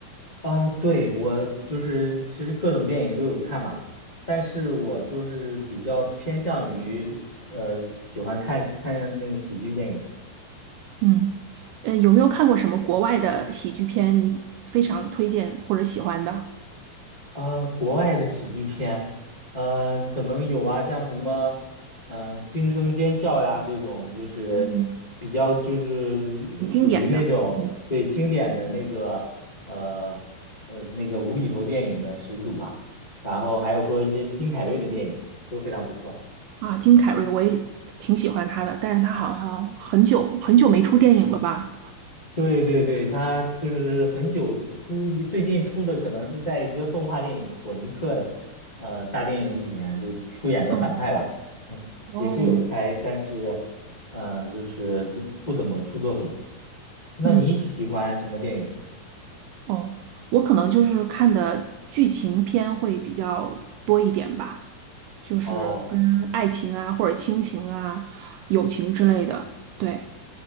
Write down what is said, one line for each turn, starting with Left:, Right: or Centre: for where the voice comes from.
Left: 啊，对，我就是其实各种电影都有看嘛，但是我就是比较偏向于喜呃喜欢看看那个喜剧电影
Right: 嗯，呃，有没有看过什么国外的喜剧片？你非常推荐或者喜欢的，
Left: 啊，国外的喜剧片，嗯、可能有啊，像什么嗯、呃惊声尖笑》呀这种，就是比较就是属于那种对经典的那个呃呃那个无厘头电影的始祖吧，
Right: 嗯很经典的嗯，
Left: 然后还有说一些金凯瑞的电影都非常不错。
Right: 啊？金凯瑞我也挺喜欢他的，但是他好像很久很久没出电影了吧？
Left: 对对对，他就是很久出一，最近出的可能是在一个动画电影《索尼克》呃大电影里面就出演个反派吧，
Right: 哦
Left: 嗯，
Right: 哦，
Left: 也是有拍，但是嗯就是一不怎么出作品了。那你喜欢什么电影？
Right: 嗯哦，我可能就是看的剧情片会比较多一点吧，就是跟爱情啊或者亲情啊、
Left: 哦
Right: 友情之类的，对，